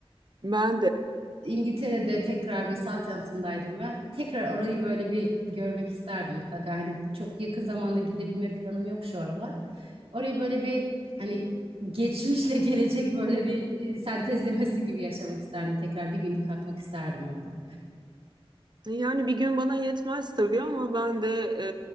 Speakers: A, on the right; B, on the right.
A: Ben de.
B: İngiltere'de tekrar bir Southampton'daydım ben. Tekrar orayı böyle bir görmek isterdim mutlaka. Hani çok yakın zamanda gidebilme planım yok şu aralar. Orayı böyle bir hani geçmişle gelecek böyle bir e, sentezlemesi gibi yaşamak isterdim. Tekrar bir günlük kalkmak isterdim orada.
A: Yani bir gün bana yetmez tabii ama ben de